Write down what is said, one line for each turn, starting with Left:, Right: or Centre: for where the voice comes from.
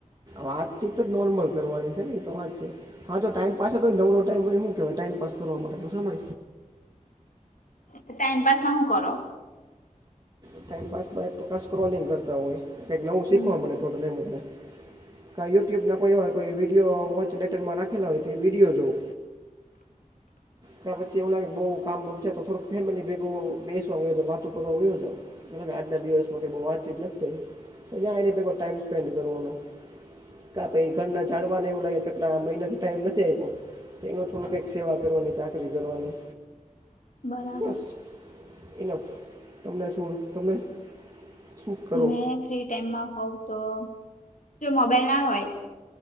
Right: વાતચીત તો જ નોર્મલ કરવાની છે ને એ તો વાત છે. હા જો ટાઈમપસ હતો તો ને નવલો ટાઈમ હો શું કહેવાય ટાઈઇમપાસ કરવા માટેનો સમય
Left: તો ટાઈમપસ ના હું કરો?
Right: ટાઈમપાસમાં તો ક સ્ક્રોલિંગ કરતા હોય કંઈક નવું
Left: હમ
Right: શીખવા મળડે ટોટલ એમ આપને કાઈ યુટ્યુબના કોઈ એવાય કોઈ વિડીયો વોચ લેટરમાં રાખેલા હોય તો એ વિડીયો જોઓ. ત્યા પછી એવું લાગે બઉ કામમ તો થોડક ફેમિલી ભેગો બેસવા વાતો કરવા આવયો છે. મલ કે આજના દિવસમાં કંઈ બહુ વાતચીત નથી થઈ. તો જ્યાં એની પેકો ટાઈમ સ્પેન્ડ કરવાનો કા પાઈ ઘર ના જાડવાને એવ લાગે કેટલા મહિના થી ટાઈમ નથી આપ્યો. તેનો થોડું કઈક સેવા કરવાની ચાકરી કરવાની
Left: બરાબર
Right: બસ ઇનફ તમને શું તમે?? શું કરો
Left: મે ફ્રી ટાઈમમાં હોવ તો જો મોબાઈલ ના હોય.